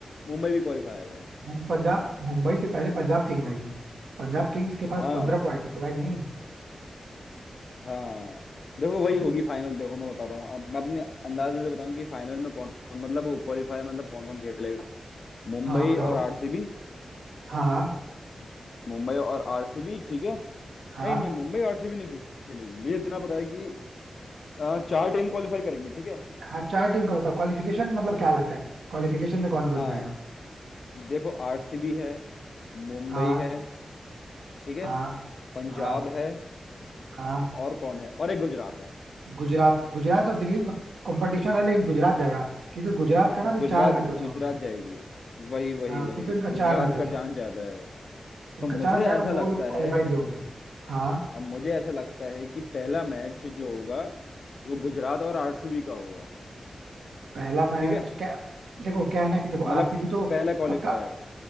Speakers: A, on the left; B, on the right.
A: मुंबई भी क्वालिफाई है भाई
B: मुं- पंजाब मुंबई से पहले पंजाब किंग्स जाएगी पंजाब किंग्स के पास
A: हाँ
B: पंद्रह पॉइंट है पता ही नहीं
A: हाँ देखो वही
B: ऐसे
A: होगी फाइनल देखो मैं बताता हूँ अब मैं अपने अंदाजे से बताऊं कि फाइनल में कौन कौन मतलब वो क्वालिफायर मतलब कौन कौन खेलेगा मुंबई
B: हाँ हाँ बताओ
A: और आरसीबी
B: हाँ हाँ
A: मुंबई और आरसीबी ठीक है
B: हाँ
A: नहीं नहीं मुंबई आरसीबी नहीं खेलेगी मुझे इतना पता है कि अ, चार टीम क्वालिफाई करेंगी ठीक है
B: हाँ चार टीम का बताओ क्वालिफिकेशन मतलब क्या लगता है क्वालिफिकेशन में कौन कौन
A: हाँ
B: जाएगा
A: देखो आरसीबी है मुंबई
B: हाँ
A: है ठीक है
B: हाँ
A: पंजाब
B: हाँ
A: है
B: हाँ
A: और कौन है और एक गुजरात है
B: गुजरात गुजरात और दिल्ली में कंपटीशन है लेकिन गुजरात जाएगा क्योंकि गुजरात का ना भी
A: गुजरात
B: चार मैच बचा
A: गुजरात
B: हुआ है
A: जाएगी वही वही
B: हाँ
A: वही
B: क्योंकि उनका
A: गुजरात
B: चार मैच बचा
A: का
B: हुआ
A: चांस
B: है
A: ज्यादा है
B: उनका
A: तो मुझे
B: चांस है
A: ऐसा
B: और वो
A: लगता
B: लोग क्वालिफाई
A: है
B: भी होंगे हाँ
A: अब मुझे ऐसा लगता है कि पहला मैच जो होगा वो गुजरात और आरसीबी का होगा
B: पहला मैच
A: ठीक है
B: क्या देखो क्या है ना कि देखो
A: मतलब
B: आरसीबी तो
A: पहला क्वालिफायर
B: पक्का